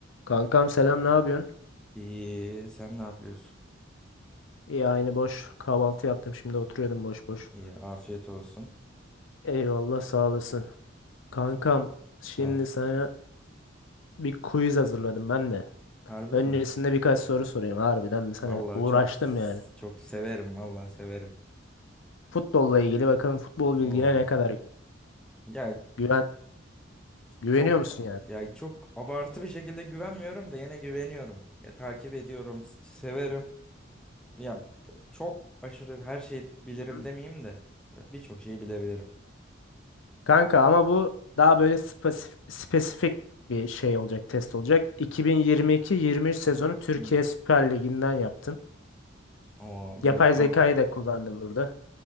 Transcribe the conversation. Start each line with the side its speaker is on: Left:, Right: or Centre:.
Left: Kankam selam ne yapıyorsun?
Centre: İyi, sen ne yapıyorsun?
Left: İyi aynı boş kahvaltı yaptım şimdi oturuyordum boş boş.
Centre: İyi, afiyet olsun.
Left: Eyvallah sağ olasın. Kankam şimdi
Centre: Ha,
Left: sana bir quiz hazırladım ben de.
Centre: harbi
Left: Öncesinde
Centre: mi?
Left: birkaç soru sorayım harbiden mi sana
Centre: Vallahi
Left: uğraştım
Centre: çok
Left: yani.
Centre: çok severim, vallahi severim.
Left: Futbolla ilgili bakalım futbol bilgine
Centre: Oo.
Left: ne kadar gü-
Centre: Ya
Left: güven güveniyor
Centre: çok
Left: musun yani?
Centre: ya çok abartı bir şekilde güvenmiyorum da yine güveniyorum. Ya takip ediyorum, s- severim. Ya çok aşırı her şeyi bilirim
Left: Hı hı.
Centre: demeyeyim de ya, birçok şeyi bilebilirim.
Left: Kanka ama bu daha böyle spesif- spesifik bir şey olacak test olacak. 2022-23 sezonu Türkiye
Centre: Hı hı.
Left: Süper Ligi'nden yaptım.
Centre: Oo,
Left: Yapay
Centre: biraz ah
Left: zekayı da kullandım burada.